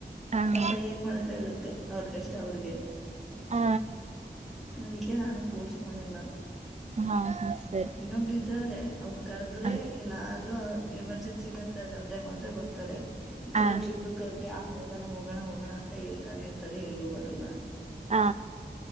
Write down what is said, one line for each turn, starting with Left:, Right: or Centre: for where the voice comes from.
Right: ಹ
Centre: ಪಾಪ ಏನ್ ಮಾಡಕ್ಕ ಆಗತ್ತೆ ಅವ್ರ ಕಷ್ಟ ಅವ್ರಿಗೆ.
Right: ಹಾ
Centre: ನದಕ್ಕೆ ನಾನಫೋರ್ಸ್ ಮಾಡಡಲ್ಲ.
Right: ಹಾ ಹಾ ಸರಿ
Centre: ಇನ್ನೊಬರು ಇದ್ದಾರೆ ಅವರು ಕರ್ದ್ರೆ
Right: ಹ
Centre: ಎಲ್ಲ ಎಮರ್ಜೆನ್ಸಿ ಅಂತ್ರೆ ಮಾತ್ರ ಬರ್ತಾರೆ ಈತರ
Right: ಹ
Centre: ಟ್ರಿಪ್. ಆ ಹೋಗೋಣ ಹೋಗೋಣ ಹೋಗೋಣ ಅಂತ ಹೇಳ್ತಾನೆ ಇರ್ತಾರೆ ಎಲ್ಲೂ ಬರಲ್ಲ.
Right: ಹ